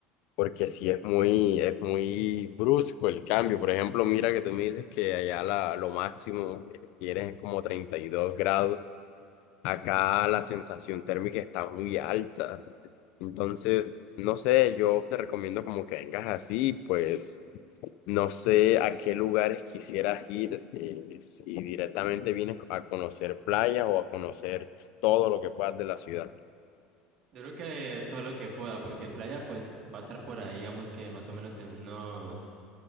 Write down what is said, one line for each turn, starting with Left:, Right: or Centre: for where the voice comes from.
Left: porque sí es muy, es muy brusco el cambio. Por ejemplo, mira que tú me dices que allá la, lo máximo que tienes es como 32 grados. Acá la sensación térmica está muy alta. Entonces, no sé, yo te recomiendo como que vengas así, pues no sé a qué lugares quisieras ir, eh, si directamente vienes a conocer playas o a conocer todo lo que puedas de la ciudad.
Right: Yo creo que todo lo que pueda, porque playa pues va a estar por ahí, digamos que más o menos en unos,